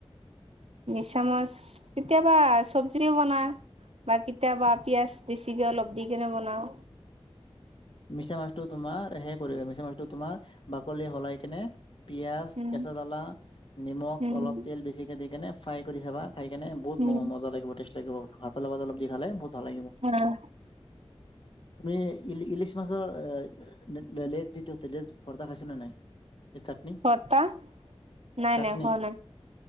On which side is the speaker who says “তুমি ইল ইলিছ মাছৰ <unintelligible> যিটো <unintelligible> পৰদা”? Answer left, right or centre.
Left